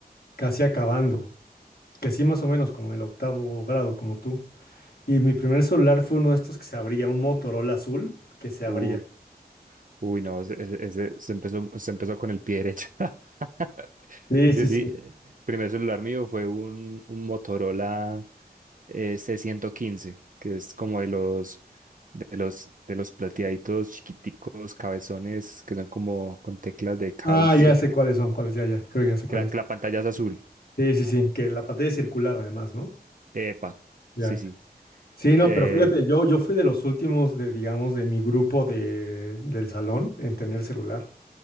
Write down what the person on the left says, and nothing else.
casi acabando, que sí, más o menos como el octavo grado, como tú. Y mi primer celular fue uno de estos que se abría, un Motorola azul que se
abría.
Sí,
sí,
sí.
Ah, ya sé cuáles son, cuáles, ya, ya, creo que ya sé cuáles.
Sí, sí, sí, que la pantalla es circular además, ¿no?
Ya.
Sí,
no, pero fíjate, yo, yo fui de los últimos de, digamos, de mi grupo de, del salón en tener celular.